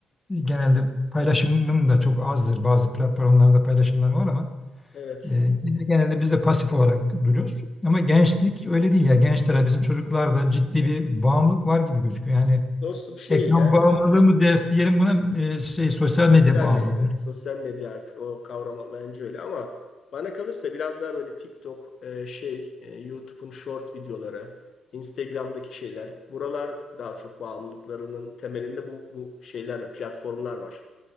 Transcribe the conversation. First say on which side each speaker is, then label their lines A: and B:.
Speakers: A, on the left; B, on the left.
A: E, genelde paylaşımım da çok azdır. Bazı platformlarda paylaşımlar var ama
B: Evet.
A: e, genelde biz de pasif olarak duruyoruz. Ama gençlik öyle değil ya. Gençlere bizim çocuklarda ciddi bir bağımlılık var gibi gözüküyor. Yani
B: Dostum şey
A: ekran
B: ya
A: bağımlılığı mı ders diyelim buna e, şey sosyal medya
B: sosyal
A: bağımlılığı.
B: medya. Sosyal medya artık o kavram bence öyle ama bana kalırsa biraz daha böyle TikTok e, şey e, YouTube'un short videoları Instagram'daki şeyler buralar daha çok bağımlılıklarının temelinde bu, bu şeyler platformlar var.